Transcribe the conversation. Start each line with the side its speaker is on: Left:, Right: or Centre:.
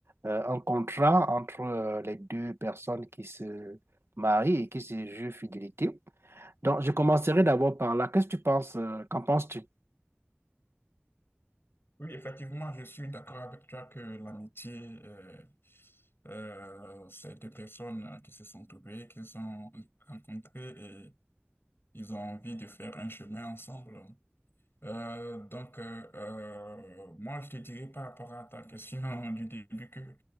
Right: euh, un contrat entre euh, les deux personnes qui se marient et qui se jurent fidélité. Donc, je commencerai d'abord par là. Qu'est-ce que tu penses? euh, qu'en penses-tu?
Left: Oui, effectivement, je suis d'accord avec toi que l'amitié, euh, euh, c'est deux personnes qui se sont trouvées, qui se sont rencontrées et ils ont envie de faire un chemin ensemble. Euh, donc, euh, euh, moi, je te dirais par rapport à ta question <laughs> du début que,